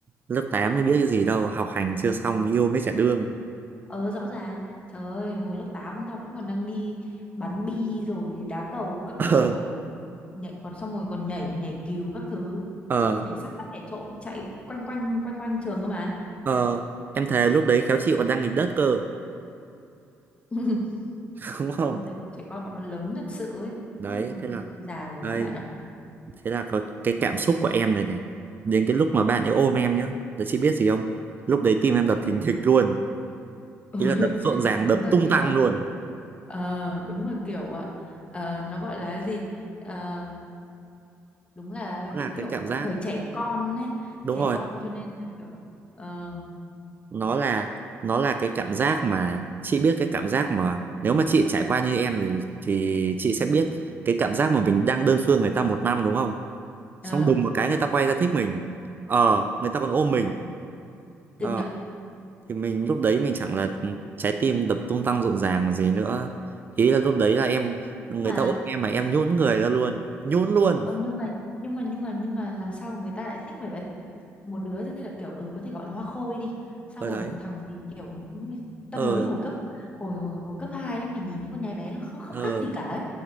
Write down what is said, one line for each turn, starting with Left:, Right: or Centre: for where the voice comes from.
Right: lớp 8 thì biết cái gì đâu, học hành chưa xong yêu mới chả đương.
Left: ờ rõ ràng trời ơi hồi lớp 8 tao vẫn còn đang đi bắn bi rồi đá cầu các
Right: <laughs>
Left: kiểu
Right: Ờ,
Left: đồ nhảy còn xong rồi còn nhảy nhảy cừu các thứ
Right: ờ,
Left: chơi cảnh sát bắt kẻ trộm chạy quanh quanh quanh quanh trường cơ mà
Right: ờ. Em thề lúc đấy khéo chị còn đang nghịch đất cơ,
Left: <laughs>
Right: <laughs> đúng không?
Left: bây giờ bọn trẻ con bọn nó lớn thật sự ấy
Right: Đấy,
Left: đúng rồi thôi
Right: thế
Left: tôi,
Right: là
Left: tôi già rồi
Right: đây,
Left: các bạn ạ
Right: thế là có cái cảm xúc của em này này. Đến cái lúc mà bạn ấy ôm em nhá, là chị biết gì không? Lúc đấy tim em đập thình thịch luôn,
Left: <laughs>
Right: ý là đập rộn ràng,
Left: đúng
Right: đập
Left: là
Right: tung
Left: kiểu
Right: tăng luôn.
Left: ờ, đúng là kiểu ạ ờ, nó gọi là cái gì Ờ, đúng là
Right: Đó
Left: cái
Right: là
Left: kiểu
Right: cái cảm giác,
Left: thời trẻ con ấy
Right: đúng
Left: trẻ
Right: rồi.
Left: con cho nên là kiểu ờ
Right: nó là nó là cái cảm giác mà chị biết cái cảm giác mà nếu mà chị trải qua như em thì thì chị sẽ biết cái cảm giác mà mình đang đơn phương người ta một năm đúng không
Left: ờ
Right: xong đùng một cái người ta quay ra thích mình ờ người ta còn ôm
Left: à,
Right: mình
Left: kinh
Right: ờ
Left: ạ
Right: thì mình lúc đấy mình chẳng là trái tim đập tung tăng rộn ràng còn gì nữa ý là lúc đấy là em người
Left: mà
Right: ta ôm em mà em nhũn người ra luôn nhũn luôn
Left: Ờ, nhưng mà nhưng mà nhưng mà nhưng mà làm sao người ta lại thích mày vậy? Một đứa thì là kiểu ừ có thể gọi là hoa khôi đi, xong
Right: ở
Left: rồi
Right: đấy
Left: một thằng thì kiểu ừ, tao
Right: ờ
Left: nhớ là hồi cấp hồi hồi hồi cấp 2 ấy, mày nhìn những con nhái bé nó không không
Right: ờ
Left: khác gì cả ấy.